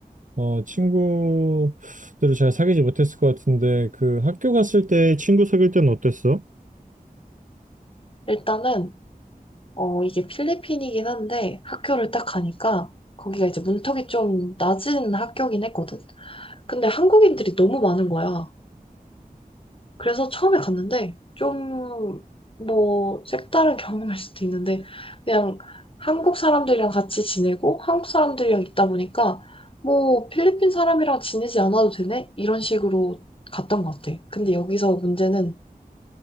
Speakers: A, on the right; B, on the left.
A: 어 친구들을 잘 사귀지 못했을 것 같은데 그 학교 갔을 때 친구 사귈 때는 어땠어?
B: 일단은, 어, 이게 필리핀이긴 한데, 학교를 딱 가니까, 거기가 이제 문턱이 좀 낮은 학교긴 했거든. 근데 한국인들이 너무 많은 거야. 그래서 처음에 갔는데, 좀, 뭐, 색다른 경험일 수도 있는데, 그냥 한국 사람들이랑 같이 지내고, 한국 사람들이랑 있다 보니까, 뭐, 필리핀 사람이랑 지내지 않아도 되네? 이런 식으로 갔던 것 같아. 근데 여기서 문제는,